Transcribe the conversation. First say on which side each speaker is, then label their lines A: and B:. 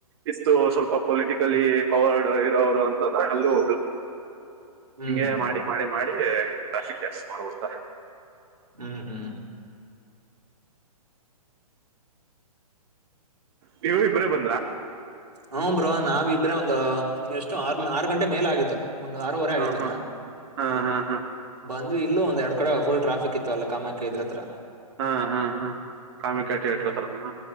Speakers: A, on the right; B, on the right.
A: ಇಷ್ಟು ಸ್ವಲ್ಪ ಪೊಲಿಟಿಕಲಿ ಪವರ್ಡ್ ಇರೋರು ಅ ಅಲ್ಲು
B: ಹ್ಮ್
A: ಹಿಂಗೆ ಮಾಡಿ ಮಾಡಿ ಮಾಡಿ ಟ್ರಾಫಿಕ್ ಜಾಸ್ತಿ ಮಾಡ್ಬಿಡ್ತ
B: ಹ್ಮ್ ಹ್ಮ್
A: ನೀವು ಇಬ್ರೆ ಬಂದ್ರಾ
B: ಹು ಬ್ರೋ ನಾವಿಬ್ರೆ ಒಂದು ಎಷ್ಟು ಆರ್ ಆರು ಗಂಟೆ ಮೇಲ್ ಆಗಿತ್ತು ಒಂದ ಆರೂವರೆ ಆಗತನಾ
A: ಹ್ಮ್ ಹ್ಮ್ ಹ್ಮ್ ಹ್ಮ್
B: ಬಂದ್ವಿ ಇಲ್ಲೋ ಎರಡ್ ಕಡೆ ಫುಲ್ ಟ್ರಾಫಿಕ್ ಇತ್ತು ಅಲ್ಲಿ ಕಾಮಾಕ್ಕೆ ಇದ್ರತ್ರ
A: ಹಾ ಹಾ ಹಾ ಕಾಮಕೆ ಥೀಯೇಟರ್
B: ಬಂದ್
A: ಹತ್ರನ